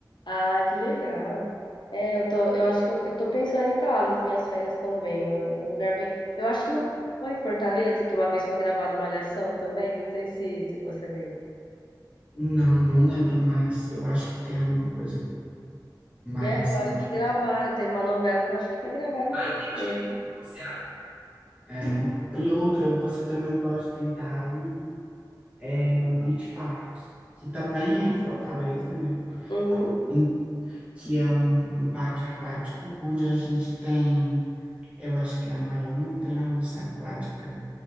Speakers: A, on the left; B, on the right.
A: Ah, que legal. É, eu tô, eu acho que eu, eu tô pensando em ir pra lá nas minhas férias também. É um lugar bem. Eu acho que não foi em Fortaleza que uma vez foi gravada uma Malhação também. Não sei se, se você lembra.
B: Não, não lembro mais. Eu acho que tem alguma coisa, malhação
A: É, eu acho
B: em
A: que
B: Fortaleza.
A: gravaram. Teve uma novela que eu acho que foi gravada em
B: Ah,
A: Fortaleza.
B: entendi. Você acha? É. E outra, você também pode tentar ir é, no Beach Park, que também é em Fortaleza, né?
A: Uhum.
B: em- que é um, um parque aquático, onde a gente tem, eu acho que é a maior montanha-russa aquática